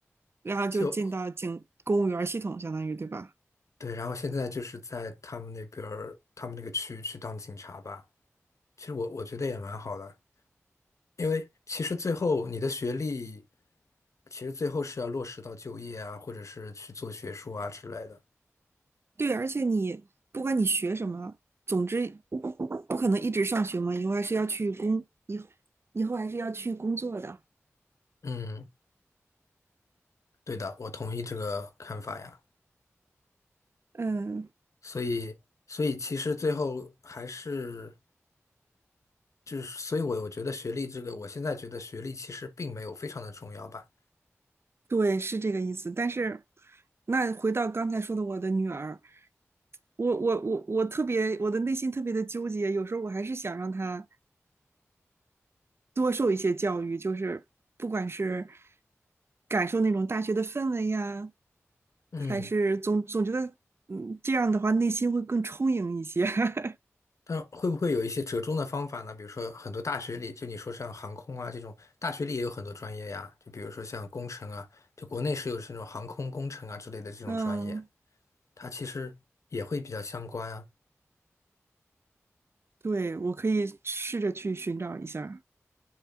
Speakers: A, on the right; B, on the left.
A: 然后就进到警公务员系统，
B: 就
A: 相当于对吧？
B: 对，然后现在就是在他们那边儿，他们那个区去当警察吧。其实我我觉得也蛮好的，因为其实最后你的学历。其实最后是要落实到就业啊，或者是去做学术啊之类的。
A: 对，而且你不管你学什么，总之不可能一直上学嘛，以后还是要去工，以后还是要去工作的。
B: 嗯，对的，我同意这个看法呀。
A: 嗯，
B: 所以，所以其实最后还是就是，所以我我觉得学历这个，我现在觉得学历其实并没有非常的重要吧。
A: 对，是这个意思。但是那回到刚才说的我的女儿，我我我我特别，我的内心特别的纠结，有时候我还是想让她多受一些教育，就是不管是感受那种大学的氛围呀，
B: 嗯，
A: 还是总总觉得，嗯，这样的话内心会更充盈一些。<laughs>
B: 但会不会有一些折中的方法呢？比如说很多大学里，就你说像航空啊这种，大学里也有很多专业呀。就比如说像工程啊，就国内是有这种航空工程啊之类的这种专业，
A: 嗯，
B: 它其实也会比较相关啊。
A: 对，我可以试着去寻找一下儿